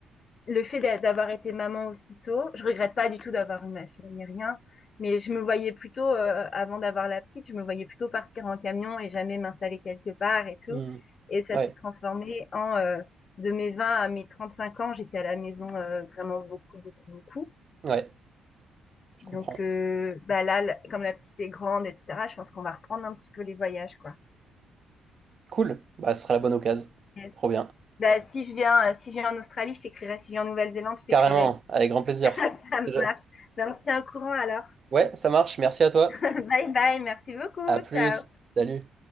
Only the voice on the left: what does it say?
le fait d'a- d'avoir été maman aussitôt, je regrette pas du tout d'avoir eu ma fille ni rien, mais je me voyais plutôt, euh, avant d'avoir la petite, je me voyais plutôt partir en camion et jamais m'installer quelque part et tout,
et ça
s'est transformé en... euh, de mes 20 à mes 35 ans, j'étais à la maison euh, vraiment beaucoup, beaucoup, beaucoup.
Donc
euh, bah là, la- comme la petite est grande, etc., je pense qu'on va reprendre un petit peu les voyages, quoi.
Yes.
Bah, si je viens, euh, si je viens en Australie, je t'écrirai. Si je viens en Nouvelle-Zélande, je t'écrirai.
<laughs> Ça
marche. Donc on se au courant alors.
<laughs> Bye bye, merci beaucoup,
ciao.